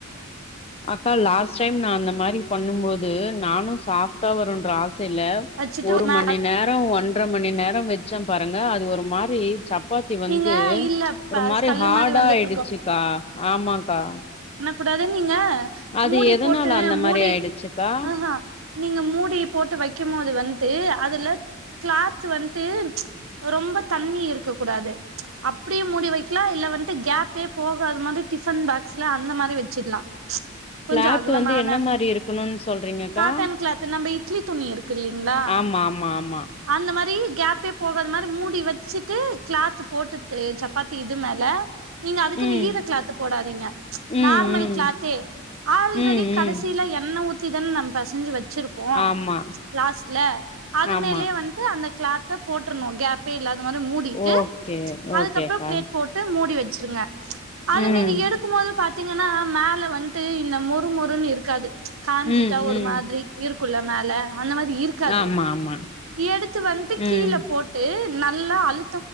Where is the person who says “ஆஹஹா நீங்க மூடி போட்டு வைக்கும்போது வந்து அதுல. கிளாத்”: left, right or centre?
Right